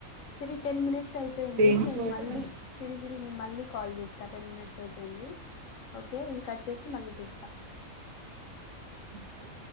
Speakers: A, on the left; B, on the right.
A: సిరి టెన్ మినిట్స్ అయిపోయింది,
B: దేనికి
A: నేను
B: పోయిన
A: మళ్ళీ సిరిసి సిరి ని మళ్ళీ కాల్ చేస్తా, టెన్ మినిట్స్ అయిపోయింది ఓకే ఇది కట్ చేసి మళ్ళీ చేస్తా
B: సరే